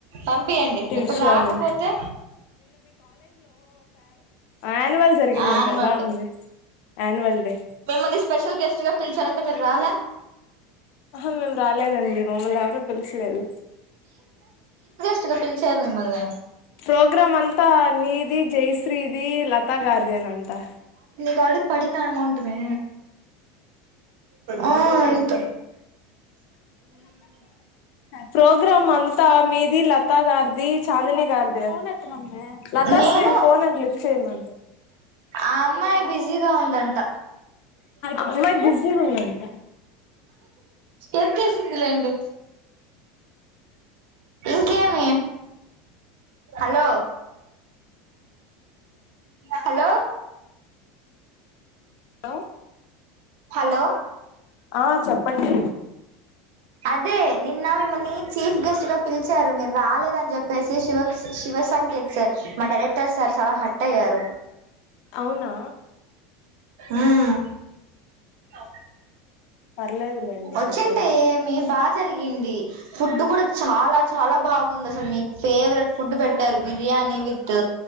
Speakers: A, on the right; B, on the left.
A: పంపియండి ఇప్పుడు
B: విషయాలు
A: రాకపోతే
B: యానివల్ జరిగింది
A: ఆన్యువల్
B: అంట ఎలా
A: డే
B: ఉంది యాన్వల్ డే
A: మిమ్మల్ని స్పెషల్ గెస్ట్ గా పిల్చారంట మీర్ రాలే
B: ఆహా మేమ్ రాలేదండి మమ్మల్ని ఎవరూ పిల్సలేదు
A: చ్చుగ పిలిచారు మిమ్మల్ని
B: ప్రోగ్రాం అంతా నీది జైశ్రీ ది లతగారిదేనంటా
A: పడి పడిన అమౌంట్ మే ఆ ఎంతొ
B: ప్రోగ్రామ్ అంతా మీది లత గారిది చాందిని గారిది, అం లతాశ్రీని
A: నేను
B: ఫోన్ అంట లిప్ట్ చేయమను
A: ఆ అమ్మాయి బిజీగా ఉందంట.
B: అమ్మాయి బిజీగా ఉందంట
A: ఎత్తేసింది లేండి ఇంకేమి హలో హలో
B: హలో
A: హలో
B: ఆ చెప్ప చెప్పండి.
A: అదే నిన్న మిమ్మల్ని చీఫ్ గెస్ట్ గా పిలిచారు మీరు రాలేదని చెప్పేసి శివ్ శివ సంకేత్ సార్ మా డైరెక్టర్ సార్ చాలా హట్ అయ్యారు.
B: అవునా
A: ఊ వచ్చింటే బాగుండు
B: పర్లేదులేండి
A: వచ్చింటే
B: హట్ని
A: ఏమీ బా జరిగింది ఫుడ్ కూడా చాలా చాలా బాగుంది అసలు మీకు ఫేవరెట్ ఫుడ్ పెట్టారు బిర్యానీ విత్